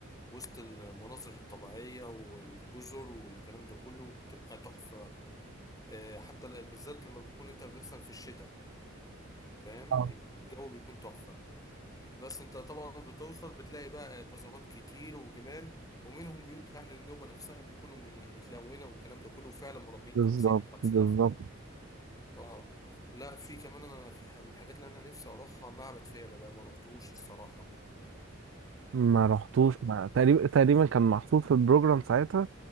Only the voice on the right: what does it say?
اه
بالظبط
بالظبط
ما رحتوش
ما تقريبا تقريبا كان محطوط في البروجرام ساعتها